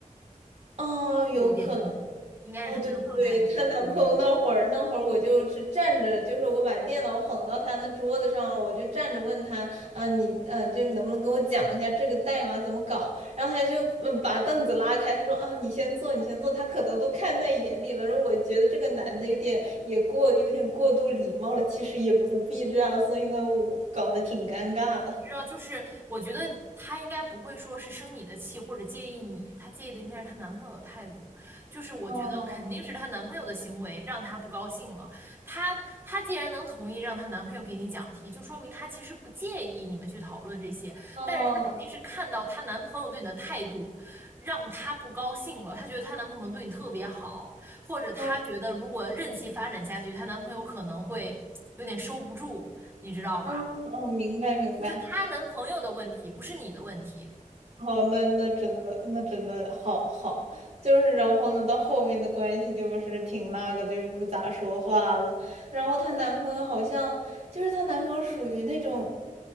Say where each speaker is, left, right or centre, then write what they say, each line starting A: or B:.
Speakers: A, on the right; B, on the right.
A: 哦，有可。
B: 有点问题，
A: 能。
B: 应该是她男朋友态度有问题。
A: 哦，对对，她男朋友那会儿，那会儿我就是站着，就是我把电脑捧到她那桌子上，我就站着问她，啊，你，啊，这能不能跟我讲一下这个代码怎么搞？然后她就嗯把凳子拉开，她说啊，你先坐，你先坐，她可能都看在眼里了。然后我觉得这个男的有点也过，有点过度礼貌了，其实也不必这样，所以呢，我搞得挺尴尬的。
B: 你知道，就是我觉得她应该不会说是生你的气或者介意你，她介意的应该是她男朋友的态度。就是我觉得肯定是她男朋友的行为让她不高兴了。
A: 哦
B: 她她既然能同意让她男朋友给你讲题，就说明她其实不介意你们去讨论这些，
A: 哦
B: 但是她肯定是看到她男朋友对你的态度，让她不高兴了。她觉得她男朋友可能对你特别好，或者她觉得如果任其发展下去，
A: 哦
B: 她男朋友可能会有点收不住，你知道吧？
A: 哦哦，明白明白。
B: 就是她男朋友的问题，不是你的问题，
A: 哦，那那真的，那真的好好，就是然后呢，到后面的关系就是挺那个的就不咋说话了。然后她男朋友好像就是她男朋友属于那种